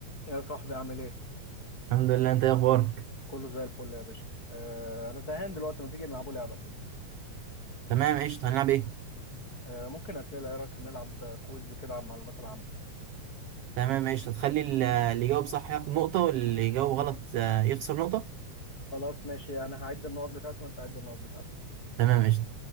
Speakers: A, on the left; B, on the right.
A: يا صاحبي عامل ايه؟
B: الحمد لله انت ايه اخبارك
A: كله زي الفل يا باشا. آه انا زهقان دلوقتي ما تيجي نلعبوا لعبة كده.
B: تمام قشطة هنلعب ايه
A: آه ممكن اسئلة ايه رايك نلعب كويز كده عن المعلومات العامة.
B: تمام قشطة تخلي ال- اللي يجاوب صح ياخد نقطة واللي يجاوب غلط آه، يخسر نقطة
A: خلاص ماشي انا هعد النقط بتاعتي وانت عد النقط بتاعتك.
B: تمام قشطة